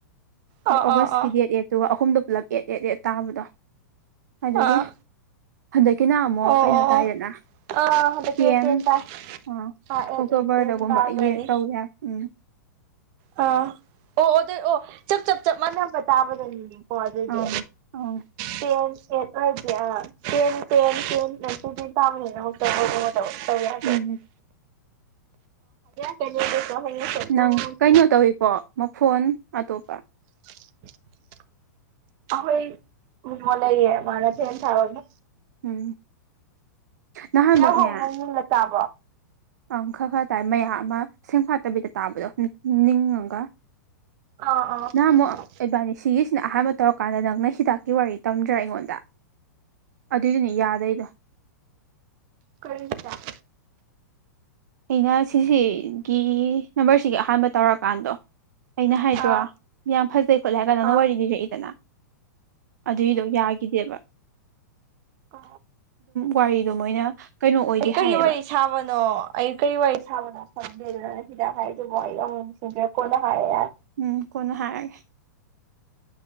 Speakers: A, on the right; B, on the right.
A: ꯑꯥ
B: ꯑꯗꯣ ꯑꯣꯒꯁꯀꯤ
A: ꯑꯥ
B: ꯑꯦꯠ -ꯑꯦꯠꯇꯨꯒ ꯑꯍꯨꯝ ꯗꯨꯒꯄꯨꯂꯞ ꯑꯦꯠ- ꯑꯦꯠ- ꯑꯦꯠ ꯇꯥꯕꯗꯣ ꯑꯗꯨꯒꯤ
A: ꯑꯥ
B: ꯍꯟꯗꯛꯀꯤꯅ ꯑꯃꯨꯛ
A: ꯑꯣ
B: ꯀꯩꯅꯣ
A: ꯑꯣ
B: ꯇꯥꯏꯗꯅ
A: ꯑꯣ ꯑꯥ ꯍꯟꯗꯛꯀꯤꯅ
B: ꯇꯦꯟ
A: ꯇꯥꯏ
B: ꯑ
A: ꯑꯥ ꯑꯦꯠ
B: ꯑꯣꯛꯇꯣꯕꯔꯗꯒꯨꯝꯕ
A: ꯑꯦꯠ ꯇꯦꯟ ꯇꯥꯈ꯭ꯔꯅꯤ
B: ꯇꯧꯋꯦ ꯎꯝ
A: ꯑꯥ ꯑꯣ ꯑꯗꯨꯗꯣ ꯑꯣ ꯆꯞ- ꯆꯞ -ꯆꯞ ꯃꯥꯟꯅꯕ ꯇꯥꯕꯗꯅꯤꯅꯦ ꯍꯣ ꯑꯗꯨꯗꯤ
B: ꯑꯪ ꯑꯪ
A: ꯄꯦꯟ ꯑꯦꯠ ꯑꯣꯏꯗꯤ ꯑꯥ ꯇꯦꯟ- ꯇꯦꯟ ꯇꯦꯟꯇꯤ ꯇꯦꯟ ꯇꯥꯕꯅꯤꯅ ꯍꯧ <unintelligible> ꯇꯧꯒꯦ ꯍꯥꯏꯔ
B: ꯎꯝ
A: ꯀꯅꯦꯁꯨ ꯍꯌꯦꯡ
B: ꯅꯪ
A: <unintelligible>
B: ꯀꯩꯅꯣ ꯇꯧꯏꯀꯣ ꯃꯈꯣꯟ ꯑꯇꯣꯞꯄ
A: <unintelligible> ꯑꯩꯈꯣꯏ ꯃꯣꯃꯣ ꯂꯩꯌꯦ ꯃꯥꯅ ꯐꯦꯟ ꯊꯥꯔꯛꯄ
B: ꯎꯝ ꯅꯍꯥꯟꯃꯨꯛꯅꯦ
A: ꯀꯌꯥ ꯍꯣꯡꯅ ꯌꯨꯝꯗ ꯇꯥꯕꯣ
B: ꯑꯪ ꯈꯔ -ꯈꯔ ꯇꯥꯏ ꯃꯌꯥꯝ ꯑꯃ ꯁꯦꯡꯐꯥꯠꯇꯕꯤꯗ ꯇꯥꯕꯗꯣ ꯅꯤꯡ ꯒ
A: ꯑꯥ
B: ꯅꯍꯥꯟ ꯑꯃꯨꯛ
A: ꯑꯥ
B: ꯑꯦꯕꯥꯅꯤ ꯁꯤꯒꯤ ꯁꯤꯅ ꯑꯍꯥꯟꯕ ꯇꯧꯔꯀꯥꯟꯗ ꯅꯪꯅ ꯍꯤꯗꯥꯛꯀꯤ ꯋꯥꯔꯤ ꯇꯝꯗ꯭ꯔ ꯑꯩꯉꯣꯟꯗ ꯑꯗꯨꯏꯗꯤꯅꯦ ꯌꯥꯗꯩꯗꯣ
A: ꯀꯔꯤ ꯍꯤꯗꯥꯛ
B: ꯑꯩꯅ ꯁꯤꯁꯤꯒꯤ ꯅꯝꯕꯔꯁꯤꯒꯤ ꯑꯍꯥꯟꯕ ꯇꯧꯔꯀꯥꯟꯗꯣ ꯑꯩꯅ ꯍꯥꯏꯗ꯭ꯔꯣ
A: ꯑꯥ
B: ꯌꯥꯝ ꯐꯖꯩ ꯈꯣꯠꯂꯦ ꯍꯥꯏꯔꯒ ꯅꯪꯅ
A: ꯑꯥ
B: ꯋꯥꯔꯤ ꯂꯤꯔꯛꯏꯗꯅ ꯑꯗꯨꯏꯗꯣ ꯌꯥꯒꯤꯗꯦꯕ
A: ꯑ
B: ꯋꯥꯔꯤꯗꯣ ꯃꯣꯏꯅ ꯀꯩꯅꯣ ꯑꯣꯏꯗꯦ
A: ꯑꯩ ꯀꯔꯤ
B: ꯍꯥꯏꯌꯦꯕ
A: ꯋꯥꯔꯤ ꯁꯥꯕꯅꯣ ꯑꯩ ꯀꯔꯤ ꯋꯥꯔꯤ ꯁꯥꯕꯗ ꯈꯪꯗꯦ ꯑꯗꯨꯗꯨꯅ ꯍꯤꯗꯥꯛ ꯍꯥꯏꯗꯨꯕꯨ ꯑꯩ ꯑꯃꯨꯛ ꯁꯤꯡꯗꯔꯦ ꯀꯣꯟꯅ ꯍꯥꯏꯔꯒꯦ ꯌꯥꯔꯦ
B: ꯎꯝ ꯀꯣꯟꯅ ꯍꯥꯏꯔꯒꯦ